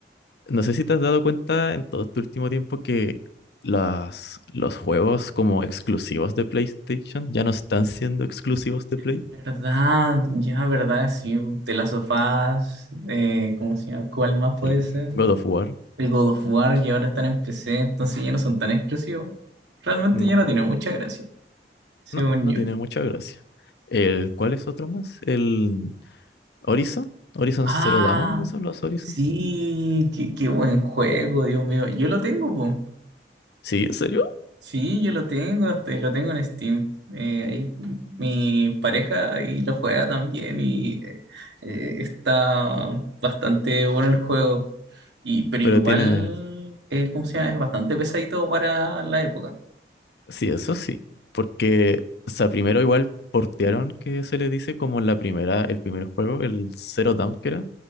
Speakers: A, on the left; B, on the right.
A: no sé si te has dado cuenta en todo este último tiempo que las, los juegos como exclusivos de PlayStation ya no están siendo exclusivos de Play.
B: ¿Verdad? Ya, ¿verdad? Sí, de las sofás, eh, ¿cómo se llama? ¿Cuál más puede
A: El
B: ser?
A: God of War,
B: el God of War y ahora están en PC, entonces ya no son tan exclusivos. Realmente
A: no,
B: ya no tiene mucha gracia, según
A: no, no
B: yo.
A: tiene mucha gracia. El, ¿cuál es otro más? El Horizon, Horizon
B: Ah,
A: Zero Dawn, esos son los Horizon.
B: sí, qué, qué buen juego, Dios mío. Yo lo tengo, po.
A: Sí, ¿en serio?
B: Sí, yo lo tengo, hasta- lo tengo en Steam. Eh, ahí mi pareja y lo juega también y eh, eh, está bastante bueno el juego. Y, pero
A: Pero
B: igual,
A: tiene
B: eh, ¿cómo se llama? Es bastante pesadito para la época.
A: Sí, eso sí, porque, o sea, primero igual portearon, que se le dice como la primera, el primer juego, el Zero Dawn que era,